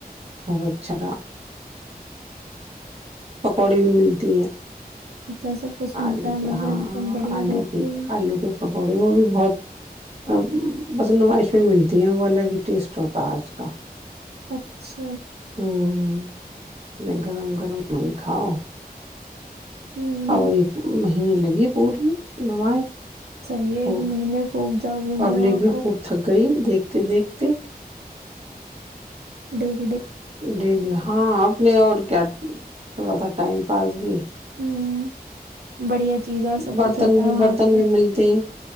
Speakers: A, on the right (about 40°); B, on the right (about 80°).
A: خوب اچھاا پکوڑی بھی ملتی ہے
B: اچھا سب کچھ ملتا
A: آلو
B: ہے
A: کے
B: مزہ
A: ہاں
B: ایک دم بڑھیا
A: آلو
B: بہترین
A: کی آلو کے پکوڑے وہ بھی بہت ا بس نمائش اس پ ملتی ہیں وہ الگ ہی ٹیسٹ ہوتا ہے اس کا
B: اچھا
A: ہوں ہوں گرم گرم وہ کاؤ
B: ہوں
A: ا ایک مہینے لگی پوری نمائش
B: صحیح ہے
A: ہو
B: ایک مہینے خوب جاؤ گھومنے
A: پبلک
B: وہاں
A: بھی
B: پر
A: خوب تھک گئی دیک دیکھتے دیکھتے
B: ڈ <unintelligible>
A: ڈیلی ہاں اپنے اور کیا تھوڑا سا ٹائم پاس بھی
B: ہوں بڑھیا چیز ہے اور سب
A: برتن
B: کچھ ہوتا
A: بھی
B: ہے وہاں
A: برتن
B: پہ
A: بھی ملتے ہیں